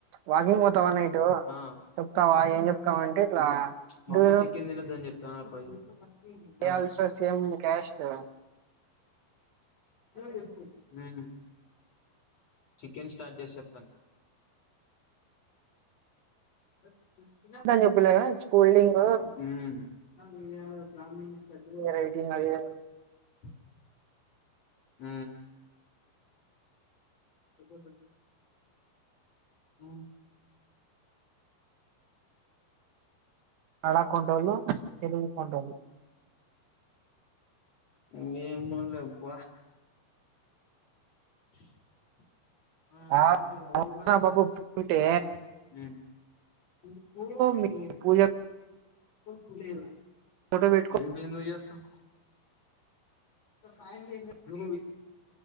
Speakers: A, on the right; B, on the left.
A: వాకింగ్ పోతావా నైట్
B: ఆ
A: చెప్తావా ఏం చెప్తావంటే ఇట్లా
B: మామ్మ
A: డూ
B: చికెన్ తినొద్దని చెప్పింది త ప ఆ
A: ఆల్సో
B: చేశా
A: సేమ్ క్యాస్ట్ ఒకటి
B: చెప్పు ఉ చికెన్ స్టార్ట్ చేసి చెప్తాను అ తినొద్దని
A: అని చెప్పలే
B: చెప్పినా కదా
A: స్కూలింగ్
B: కూల్ డ్రింగు ఊ స్కూల్ రింగ్
A: రైటింగ్ అది
B: ఆ ఇకు స ఆ
A: కడ కొంటోళ్లు
B: ఉమ్
A: తెలుగు కొంటోళ్లు
B: మేము లేప్ప స్ హ్మ్
A: ఆ బాబు
B: హ్మ్
A: ఉంటే
B: నువ్వు <unintelligible> <unintelligible>
A: మీ పూజ
B: పూలెయ్యవా
A: ఫోటో పెట్టుకో
B: లే మి ఎందుకుజెస్తాం న